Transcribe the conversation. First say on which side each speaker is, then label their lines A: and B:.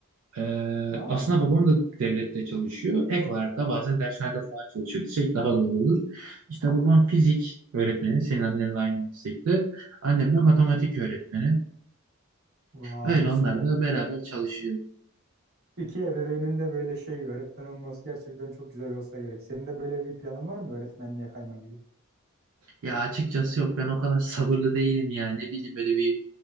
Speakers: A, on the right (about 65°); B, on the right (about 50°).
A: Ee,
B: Aa,
A: aslında babam da devlette çalışıyor. Ek olarak da bazen dershanede falan çalışıyor desek daha doğru olur. İşte babam fizik öğretmeni, senin annenle aynı meslekte. Annem de matematik öğretmeni.
B: vay
A: Öyle onlar
B: süper.
A: da
B: İki,
A: beraber çalışıyor.
B: iki ebeveynin de böyle şey öğretmen olması gerçekten çok güzel olsa gerek. Senin de böyle bir planın var mı öğretmenliğe kayma gibi?
A: Ya açıkçası yok ben o kadar sabırlı değilim yani. Ne bileyim böyle bir